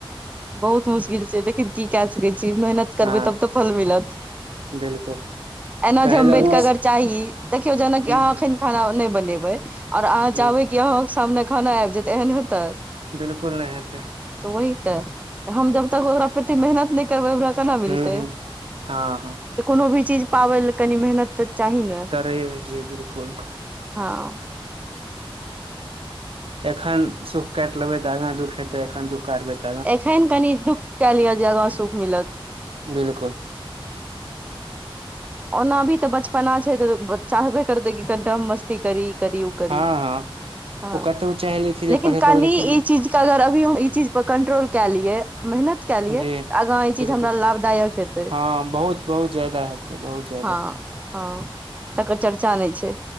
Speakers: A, on the right; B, on the right.
A: बहुत मुश्किल श्किल छै लेकिन की कै सकै छी, मेहनत
B: हँ
A: करबै तब तऽ फल मिलत।
B: बिल्कुल
A: एना
B: कहै
A: जे हम
B: लए हुँ
A: बैठके अगर चाही, देखियौ जेना अहाँ
B: हुँ
A: अखैन खाना नहि बनेबै आओर अहाँ
B: जी
A: चाहबै कि अहाँ सामने खाना आबि जेयतै, एहन हेतै।
B: बिलकुल नहि हेतै।
A: त वही तऽ, हम जब तक ओकरा फेर मेहनत नहि करबै, ओकरा केना मिलतै।
B: हुँ हुँ हँ हँ
A: त कोनो भी चीज पाबय ले कनी मेहनत तऽ चाही ने।
B: करै मे जे बिलकुल
A: हँ।
B: एखन सुख काटि लेबै तऽ आगा दुख हेतै एखन दुःख काटबे त
A: एखन कनि दुःख कए लिअ जे आगा सुख मिलत।
B: बिलकुल।
A: ओना अभी तऽ बचपना छै तऽ चाहबे करतै कि कनिटा हम मस्ती करी। करी ओ करी,
B: हँ हँ
A: हँ
B: ओ कतौ चाहि लै छै जे
A: लेकिन
B: पढ़ै
A: कमी
B: पढ़ै लेकिन
A: ई चीज अगर अभी हम ई चीज पर कंट्रोल कए लियै, मेहनत कऽ लियै
B: जी
A: त आगाँ ई
B: बिल्कुल
A: चीज हमरा लाभदायक हेतै।
B: हँ बहुत बहुत जादा हेतै बहुत ज्यादा
A: हँ हँ तकर चर्चा नहि छै,